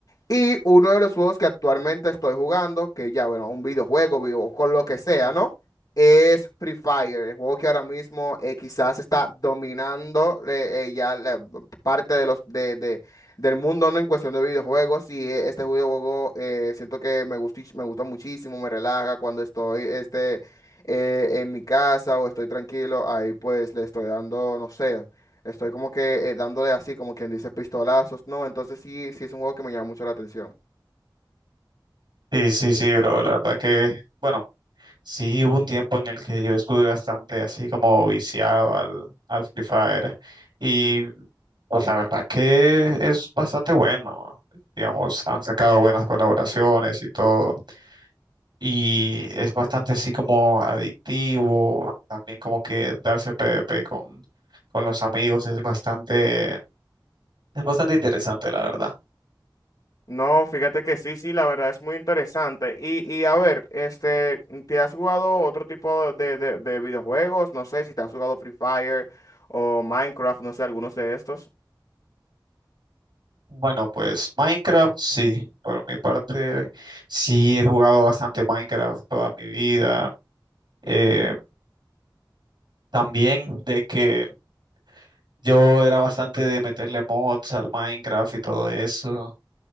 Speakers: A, on the left; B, on the right.
A: Y uno de los juegos que actualmente estoy jugando, que ya, bueno, un videojuego, vivo, con lo que sea, ¿no? Es Free Fire, el juego que ahora mismo eh, quizás está dominando eh, eh, ya la parte de los, de, de- del mundo, ¿no? En cuestión de videojuegos. Y eh, este videojuego eh, siento que me gustó, me gustó muchísimo, me relaja cuando estoy este, eh, en mi casa o estoy tranquilo. Ahí pues le estoy dando, no sé. Estoy como que eh, dándole así, como quien dice, pistolazos, ¿no? Entonces sí, sí es un juego que me llama mucho la atención.
B: Sí, sí, sí, bro, la verdad que, bueno, sí hubo un tiempo en el que yo estuve bastante así como viciado al, al Free Fire y pues la verdad que es bastante bueno, digamos, han sacado buenas colaboraciones y todo y es bastante así como adictivo, también como que darse PvP con, con los amigos es bastante, es bastante interesante, la verdad.
A: No, fíjate que sí, sí, la verdad es muy interesante. Y, y a ver, este, ¿te has jugado otro tipo de, de, de videojuegos? No sé si te has jugado Free Fire o Minecraft, no sé, algunos de estos.
B: Bueno, pues Minecraft, sí, por mi parte, sí he jugado bastante Minecraft toda mi vida. Eh, también de que yo era bastante de meterle mods al Minecraft y todo eso.